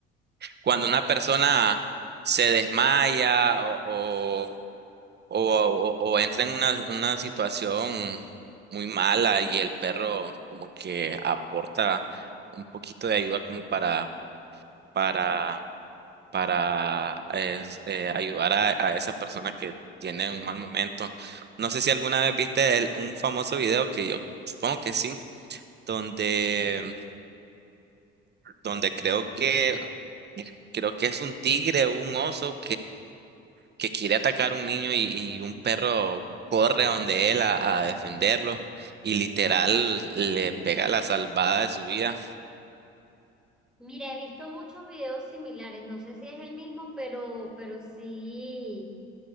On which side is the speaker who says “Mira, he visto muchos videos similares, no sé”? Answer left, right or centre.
Centre